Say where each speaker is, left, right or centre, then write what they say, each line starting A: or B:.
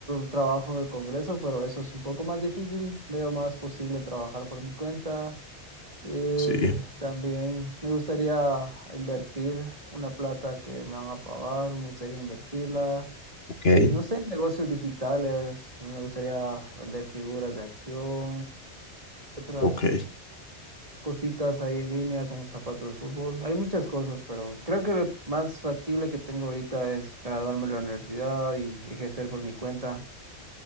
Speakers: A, on the right (about 30°); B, on the left (about 60°).
A: trabajo en el Congreso, pero eso es un poco más difícil. Veo más posible trabajar por mi cuenta Eh,
B: Sí,
A: también me gustaría invertir una plata que me van a pagar, me gustaría invertirla
B: Ok,
A: en, no sé, negocios digitales, me gustaría vender figuras de acción, otras
B: ok.
A: cositas ahí en línea como zapatos de fútbol. Hay muchas cosas, pero creo que lo más factible que tengo ahorita es graduarme de la universidad y ejercer por mi cuenta.